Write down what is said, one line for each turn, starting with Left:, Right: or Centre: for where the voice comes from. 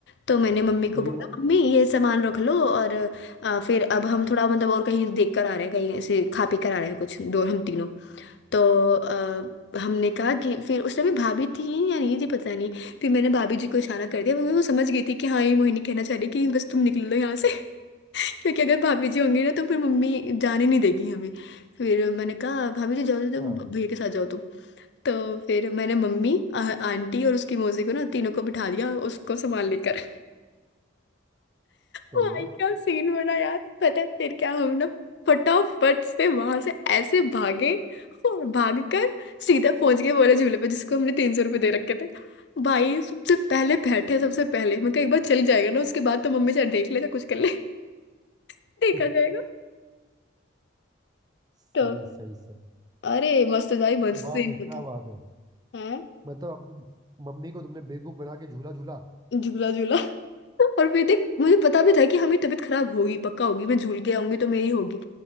Left: तो मैंने मम्मी को
Right: सही
Left: बोला
Right: बात है
Left: मम्मी ये सामान रख लो और अ, फिर अब हम थोड़ा मतलब और कहीं देख कर आ रहे हैं कहीं ऐसे खा पी कर आ रहे हैं कुछ दो हम तीनों तो अ, हमने कहा कि फिर उस टाइम पे भाभी थी या नहीं थी पता नहीं फिर मैंने भाभी जी को इशारा कर दिया वो वो समझ गई थी कि हाँ ये मोहिनी कहना चाह रही है कि बस तुम निकल लो यहाँ से <laughs> क्योंकि अगर भाभी जी होंगी ना तो फिर मम्मी जाने नहीं देगी हमें फिर मैंने कहा भाभी जी जाओ जाओ जाओ,
Right: हाँ
Left: भैया के साथ जाओ तुम तो फिर मैंने मम्मी आ- आंटी और उसकी मौसी को ना तीनों को बिठा दिया उसको संभाल लेकर
Right: सही
Left: भाई
Right: है
Left: क्या सीन बना यार पता है फिर क्या हम ना फटाफट से वहां से ऐसे भागे और भाग कर सीधा पहुंच गए वाले झूले पे जिसको हमने तीन सौ रुपये दे रखे थे भाई सबसे पहले बैठे सबसे पहले मैं कहा एक बार चल जाएगा ना उसके बाद तो मम्मी चाहे देख ले चाहे कुछ कर ले <laughs> देखा
Right: <laughs>
Left: जाएगा
Right: सही
Left: तो
Right: सही सही
Left: अरे मस्त भाई मस्त
Right: क्या
Left: सीन
Right: बात है
Left: होता
Right: क्या बात है
Left: है
Right: मतलब अपनी मम्मी को तुमने बेवकूफ बना के झूला झूला
Left: झूला झूला और फिर देख मुझे पता भी था कि हमें तबीयत खराब होगी पक्का होगी मैं झूल के आऊंगी तो मेरी होगी